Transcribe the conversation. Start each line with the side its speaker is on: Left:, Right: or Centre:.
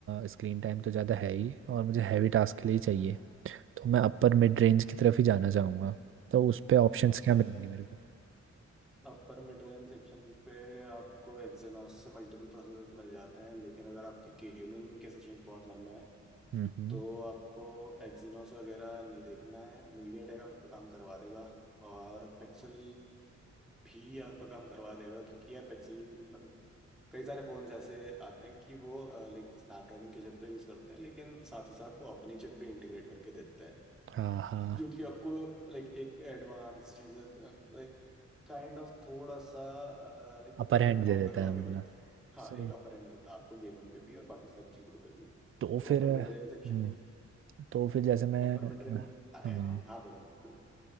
Right: स्क्रीन टाइम तो ज़्यादा है ही और मुझे हैवी टास्क के लिए ही चाहिए तो मैं अपर मिड रेंज की तरफ ही जाना चाहूँगा तो उस पे ऑप्शंस
Centre: Upper
Right: क्या मिलेंगे मेरे को
Centre: upper mid range section पे आपको एक्सिनोस से मल्टीपल प्रोसेसर्स मिल जाते हैं लेकिन अगर आपके गेमिंग के सेशंस बहुत लंबे हैं
Right: हम्म
Centre: तो आपको एक्जिनोस वगैरह नहीं देखना है मीडियाटेक आपका काम करवा देगा और पिक्सल भी आपका काम करवा देगा क्योंकि यार पिक्सल मतलब कई सारे फोन्स ऐसे आते हैं कि वो लाइक स्नैपड्रैगन की चिप तो यूज करते हैं लेकिन साथ ही साथ वो अपनी चिप भी इंटीग्रेट करके देते हैं
Right: हाँ हाँ
Centre: जो कि आपको लाइक एक एडवांस चीज़ लाइक काइंड ऑफ थोड़ा सा लाइक
Right: अपर
Centre: बेटर
Right: हैंड
Centre: परफॉर्म
Right: दे देता
Centre: करवा
Right: है
Centre: के
Right: मतलब
Centre: देते हैं हाँ
Right: सही
Centre: एक अपर एंड मिलता है आपको गेमिंग पे भी और बाकी सारी चीज़ों पे भी
Right: तो
Centre: तो
Right: फिर
Centre: upper mid
Right: हम्म,
Centre: range section
Right: तो फिर जैसे मैं
Centre: upper mid range अरे
Right: हाँ
Centre: यार हाँ बोलो